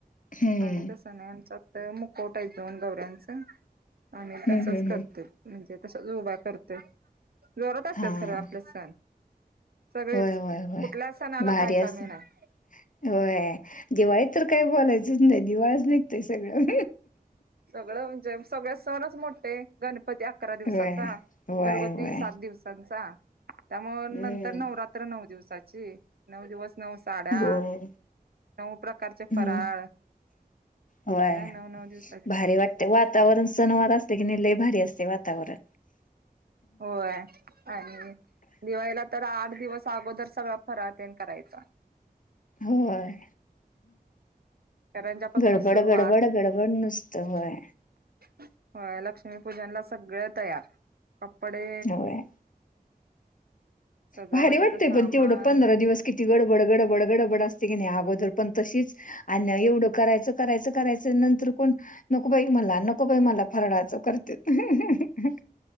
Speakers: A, on the left (about 55°); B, on the right (about 75°).
A: हम्म,
B: आणि तस नाही आमच्यात तर मुखवटा आहे दोन गौऱ्यांचा. आणि
A: हम्म,
B: तसच
A: हम्म,
B: करत्यात.
A: हम्म.
B: म्हणजे तसच उभा करत्यात. जोरात असतात
A: हां,
B: खर आपल सण. सगळेच,
A: होय, होय, होय.
B: कुठल्या सणाला
A: भारी
B: काय
A: असतं.
B: कमी नाही.
A: होय, दिवाळीत तर काही बोलायचच नाही. दिवाळच निघतय सगळ.
B: सगळ म्हणजे सगळे सणच मोठे. गणपती अकरा दिवसाचा.
A: होय, होय,
B: घरगुती
A: होय.
B: सात दिवसांचा. त्यामुळे
A: हम्म,
B: नंतर नवरात्र नऊ दिवसाची. नऊ दिवस नउ साड्या
A: होय.
B: नऊ प्रकारचे
A: हम्म,
B: फराळ
A: होय.
B: द्या, नव नव दिवस
A: भारी वाटतंय, वातावरण सनवार असते कि, नाही लयं भारी असते वातावरण.
B: होय, आणि दिवाळीला तर आठ दिवस अगोदर, सगळा फराळ ते करायचं.
A: होय.
B: <unintelligible> च्यापासंन
A: गडबड,
B: सुरुवात.
A: गडबड, गडबड नुसतं होय,
B: <inaudible> ह लक्ष्मी पूजनला सगळं तयार. कपडे
A: होय.
B: सजावटीच
A: भारी वाटतंय
B: सामान
A: पण तेवढं, पंधरा दिवस किती गडबड, गडबड, गडबड असते की नाही अगोदर पण तशीच. अ एवढं करायचं, करायचं, करायचं ते नंतर कोण नकोबाई मला, नकोबाई मला फरळाचं करत्यात.